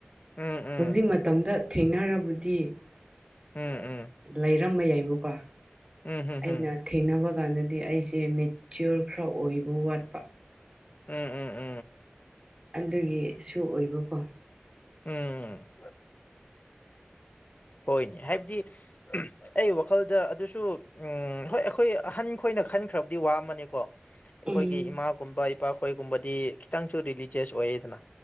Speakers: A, on the left; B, on the right.
A: ꯎꯝ ꯎꯝ
B: ꯍꯧꯖꯤꯛ ꯃꯇꯝꯗ ꯊꯦꯡꯅꯔꯕꯨꯗꯤ
A: ꯎꯝ ꯎꯝ
B: ꯂꯩꯔꯝꯕ ꯌꯥꯏꯕꯨꯀꯣ
A: ꯎꯝ ꯍꯝ
B: ꯑꯩꯅ
A: ꯍꯝ
B: ꯊꯦꯡꯅꯕ ꯀꯥꯟꯗꯗꯤ ꯑꯩꯁꯦ ꯃꯦꯆ꯭ꯌꯣꯔ ꯈꯔ ꯑꯣꯏꯕ ꯋꯥꯠꯄ
A: ꯎꯝ ꯎꯝ ꯎꯝ
B: ꯑꯗꯨꯒꯤꯁꯨ ꯑꯣꯏꯕꯀꯣ
A: ꯎꯝ ꯍꯣꯏꯅꯦ ꯍꯥꯏꯕꯗꯤ ꯑꯩ ꯋꯥꯈꯜꯗ ꯑꯗꯨꯁꯨ ꯎꯝ ꯍꯣꯏ ꯑꯩꯈꯣꯏ ꯑꯍꯟ ꯈꯣꯏꯅ ꯈꯟꯈ꯭ꯔꯕꯗꯤ ꯋꯥꯃꯅꯦꯀꯣ ꯑꯩꯈꯣꯏꯒꯤ
B: ꯎꯝ
A: ꯏꯃꯥꯒꯨꯝꯕ ꯏꯄꯥꯈꯣꯏꯒꯨꯝꯕꯗꯤ ꯈꯤꯇꯪꯁꯨ ꯔꯤꯂꯤꯖꯤꯁ ꯑꯣꯏꯌꯦꯗꯅ